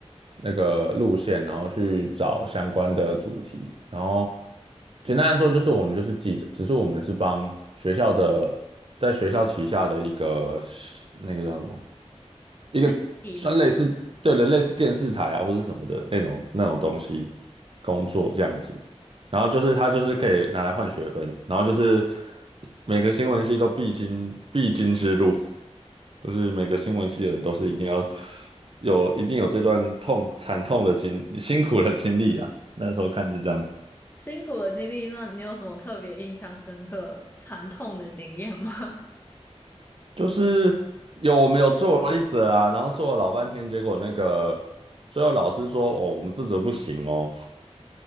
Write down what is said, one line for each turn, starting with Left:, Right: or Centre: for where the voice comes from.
Right: 那个路线，然后去找相关的主题，然后简单来说就是我们就是记者，只是我们是帮学校的，在学校旗下的一个那个叫什么？一个算类似，
Left: 媒体吗？
Right: 对的，类似电视台啊或者什么的那种那种东西
Left: 哦，
Right: 工作这样子。然后就是他就是可以拿来换学分，然后就是每个新闻系都必经必经之路，就是每个新闻系的人都是一定要有一定有这段痛惨痛的经辛苦的经历啊。那时候看是这样，
Left: 辛苦的经历，那你有什么特别印象深刻、惨痛的经验吗？
Right: 就是有我们有做了一则啊，然后做了老半天，结果那个最后老师说哦，我们这则不行哦。